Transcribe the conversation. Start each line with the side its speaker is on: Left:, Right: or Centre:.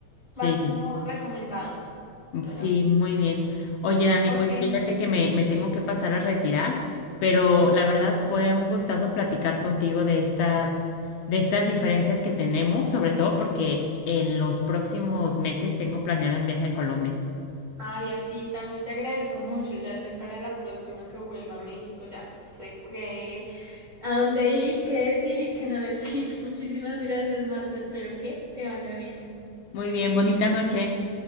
Left: Sí,
Right: vas como recomendados solamente.
Left: sí, muy bien. Oye, Dani,
Right: ok.
Left: pues fíjate que me, me tengo que pasar a retirar, pero la verdad fue un gustazo platicar contigo de estas, de estas diferencias que tenemos, sobre todo porque en los próximos meses tengo planeado un viaje a Colombia.
Right: Ay, a ti también te agradezco mucho, ya sé para la próxima que vuelva a México, ya sé qué, a dónde ir, qué decir y qué no decir. <laughs> Muchísimas gracias, Marta, espero que te vaya bien.
Left: Muy bien, bonita noche.